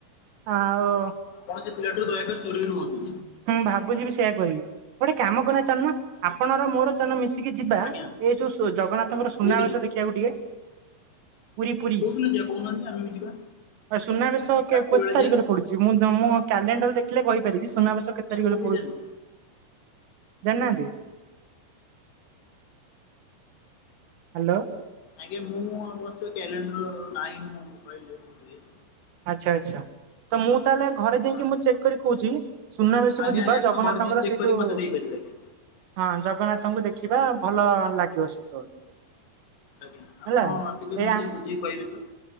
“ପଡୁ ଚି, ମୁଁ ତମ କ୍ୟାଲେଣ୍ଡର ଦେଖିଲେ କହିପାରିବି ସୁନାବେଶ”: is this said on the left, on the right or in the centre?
Right